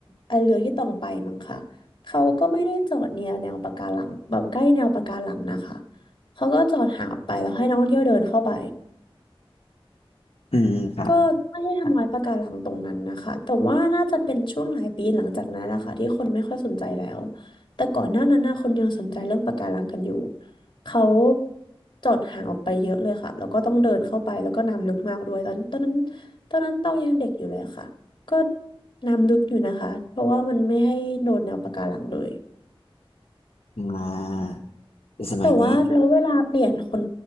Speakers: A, on the left (about 50°); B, on the left (about 75°).
A: ไอเรือที่ตองไปมั้งค่ะเขาก็ไม่ได้จอดเนียแนวปะการังแบบใกล้แนวปะการังนะคะเขาก็จอดห่างออกไปแล้วให้นักท่องเที่ยวเดินเข้าไป
B: อืมครับ
A: ก็ไม่ได้ทำลายปะการังตรงนั้นนะคะแต่ว่าน่าจะเป็นช่วงหลายปีหลังจากนั้นแหละค่ะที่คนไม่ค่อยสนใจแล้ว แต่ก่อนหน้านั้นนะคนยังสนใจเรื่องปะการังกันอยู่เขาจอดห่างออกไปเยอะเลยค่ะแล้วก็ต้องเดินเข้าไปแล้วก็น้ำลึกมากด้วยตอนตอนนั้นตอนนั้นเต้ายังเด็กอยู่เลยค่ะ ก็น้ำลึกอยู่นะคะเพราะว่ามันไม่ให้โดนแนวปะการังเลย
B: อ่าในสมัยนี้
A: แต่ว่าเราเวลาเปลี่ยนคน